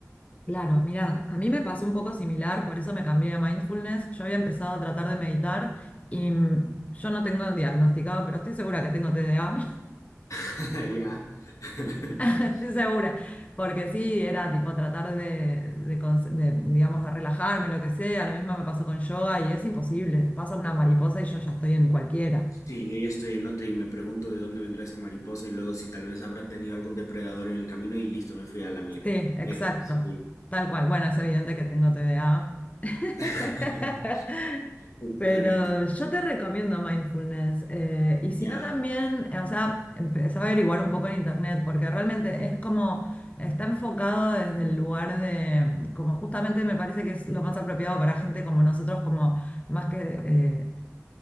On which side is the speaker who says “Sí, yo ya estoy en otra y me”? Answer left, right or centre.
Left